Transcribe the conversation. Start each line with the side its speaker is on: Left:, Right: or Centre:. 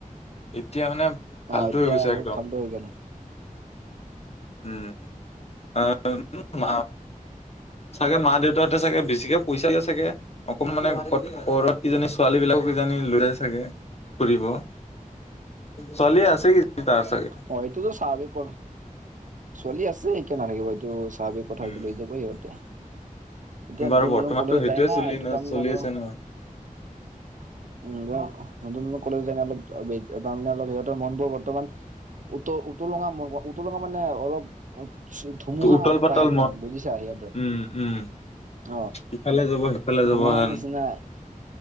Left: এতিয়া মানে ফাল্টু
Right: অ এতিয়া
Left: হৈ গৈছে
Right: বহুত
Left: একদম।
Right: ফাল্টু হৈ গ'ল
Left: <inaudible> চাগে মা দেউতাহঁতে চাগে বেছিকে পইচা দিয়ে চাগে। অকণ মানে ঘৰত কিজানি ছোৱালী বিলাকো কিজানি লৈ আনে চাগে ফুৰিব। ছোৱালী আছে কি তাৰ চাগে।
Right: হয় এইটোতো স্বভাবিক। ছোৱালী আছে কিয় নাথাকিব এইটো স্বাভাৱিক কথা
Left: উম
Right: এইটো লৈ যাব সিহঁতে। এতিয়া
Left: বাৰু
Right: নতুন
Left: বৰ্তমানতো
Right: নতুন কলেজত
Left: সেইটোয়ে
Right: যায় না
Left: চলি
Right: এইটো
Left: ন
Right: তাৰমানে
Left: চলি
Right: আৰু
Left: আছে ন।
Right: উ নতুন নতুন কলেজ ন অলপ তাৰমানে অলপ সিহঁতৰ মন বোৰ বৰ্তমান উত-উতলঙা, উতলঙা মানে অলপ। অ, ধুমুহা
Left: উতল
Right: বতাহেন
Left: পাতল
Right: মন বুজিছা সিহঁতৰ।
Left: উম উম
Right: অহ,
Left: ইফালে যাব সিফালে যাব
Right: ধুমুহাৰ
Left: হেন
Right: নিচিনা।